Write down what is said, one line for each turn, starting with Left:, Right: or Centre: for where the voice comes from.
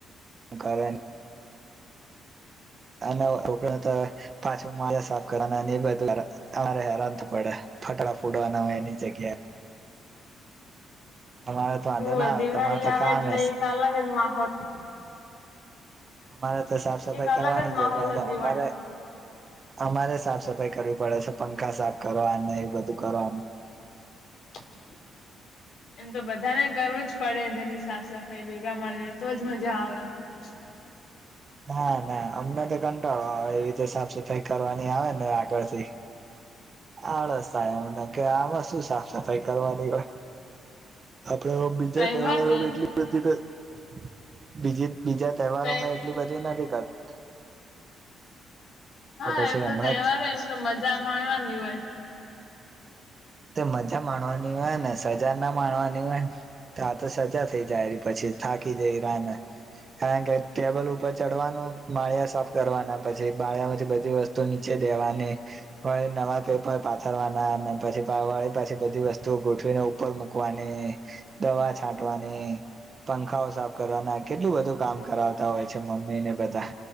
Right: કરે. અને લોકોને તો પાછું માજા સાફ કરવાના અને એ બધું અમારે હેરાનું પડે. ફટડા ફોડવાના હોય એની જગ્યાએ. તમારે તો વાંધો
Left: હો
Right: ના
Left: દિવાળી
Right: આવે તમારે તો
Left: આવે
Right: કામ
Left: એટલે
Right: હશે
Left: એક અલગ જ માહોલ.
Right: અમારે તો સાફ સફાઈ
Left: એક અલગ
Right: કરવાની
Left: જ
Right: છે
Left: માહોલ જ દિવાળી
Right: અમારે અમારે સાફ સફાઈ કરવી પડે છે પંખા સાફ કરવા અને એ બધું કરવાનું.
Left: <inaudible> એમ તો બધાને કરવું જ પડે જેની સાફ સફાઈ ભેગા મળીને તોજ મજા આવે. <inaudible>
Right: ના ના અમને તો કંટાળો આવે એ રીતે સાફ સફાઈ કરવાની આવે ને આગળથી. આળસ થાય એમ કે આમાં શું સાફ સફાઈ કરવાની હોય. આપડ બીજા
Left: તહેવાર
Right: તહેવારો
Left: ને
Right: એટલી બધી બીજી બીજા તહેવારોમાં
Left: તહે
Right: એટલી બધી નથી કરતા.
Left: હા
Right: પછી
Left: એમ તો
Right: હમણાં
Left: તહેવાર
Right: જ
Left: એમ તો મજા માણવાની હોય.
Right: તે મજા માણવાની હોય ને સજા ના માણવાની હોય ને, તો આ તો સજા થઈ જાય પછી. થાકી જાયરાને. હે ગર ટેબલ ઉપર ચડવાનું માળિયા સાફ કરવાના પછી માળિયામાંથી બધી વસ્તુ નીચે દેવાની અને નવા પેપર પાથરવાના ને પછી બારવાળી પાછી બધી વસ્તુઓ ગોઠવીને ઉપર મૂકવાની, દવા છાંટવાની પંખાઓ સાફ કરવાના કેટલું બધું કામ કરાવતા હોય છે મમ્મીને બધા